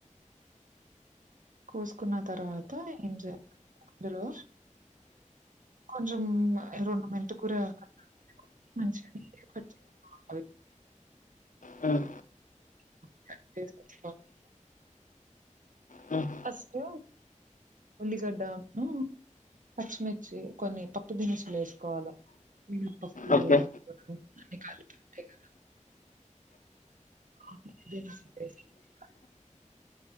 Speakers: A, on the right; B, on the left.
A: కోసుకున్న తర్వాత ఏం చేయలి <inaudible> అందులో కొంచం రెండు మెంతి కూర కట్టలు ఉంటాయి మంచిగా నీట్ గా కట్ చేసుకోవాలి
B: హ్మ్
A: <unintelligible>
B: హ్మ్
A: ఫస్ట్ ఉల్లిగడ్డ ఉన్ను పచ్చిమిర్చి కొన్ని పప్పు దినుసులు వేసుకోవాల మినప్పప్పు
B: ఓకే
A: అన్ని కలిపి ఉంటాయి కదా <unintelligible>